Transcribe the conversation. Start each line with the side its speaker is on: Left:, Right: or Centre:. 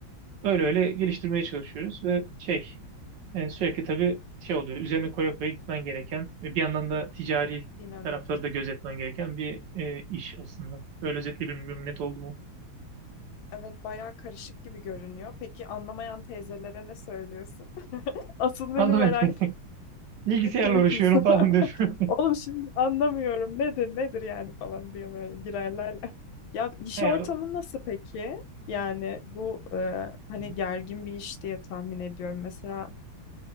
Right: öyle öyle geliştirmeye çalışıyoruz ve şey e, sürekli tabii şey oluyor üzerine koya koya gitmen gereken ve bir yandan da ticari
Left: dinamik.
Right: tarafları da gözetmen gereken bir e, iş aslında. Böyle özetle bilmiyorum net oldu mu?
Left: Evet, bayağı karışık gibi görünüyor. Peki anlamayan teyzelere ne söylüyorsun? <laughs> Asıl beni
Right: Anlamadım.
Left: merak
Right: <laughs> Bilgisayarla
Left: ettiğim
Right: uğraşıyorum
Left: kısım.
Right: falan
Left: <laughs>
Right: diyorum.
Left: Oğlum şimdi anlamıyorum nedir nedir yani falan diye böyle girerler Ya iş
Right: <laughs> Yani,
Left: ortamı nasıl peki? Yani bu e, hani
Right: hı,
Left: gergin bir iş diye tahmin ediyorum. Mesela